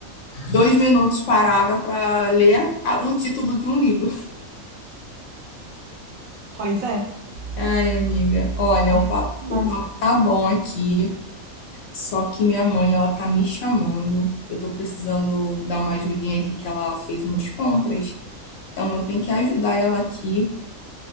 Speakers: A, on the left; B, on the right.
A: dois minutos parada para ler a- o título de um livro.
B: Pois é.
A: Ai, amiga, olha,
B: Ai,
A: o papo,
B: Mas
A: o papo tá bom aqui, só que minha mãe, ela tá me chamando. Eu tô precisando dar uma ajudinha aqui, que ela fez umas compras. Então, eu tenho que ajudar ela aqui